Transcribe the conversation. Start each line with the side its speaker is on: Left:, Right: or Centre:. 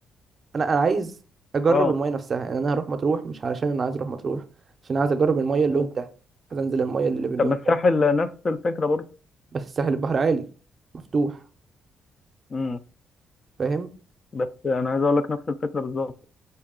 Right: انا انا عايز اجرب
Left: اه
Right: المايه نفسها يعني انا هروح مطروح مش علشان انا عايز اروح مطروح عشان عايز اجرب المايه اللون
Left: مم.
Right: ده عايز انزل المايه اللي باللون
Left: طب ما الساحل
Right: ده
Left: نفس الفكره برضه
Right: بس الساحل البحر عالي مفتوح
Left: امم
Right: فاهم
Left: بس انا عايز اقول لك نفس الفكره بالظبط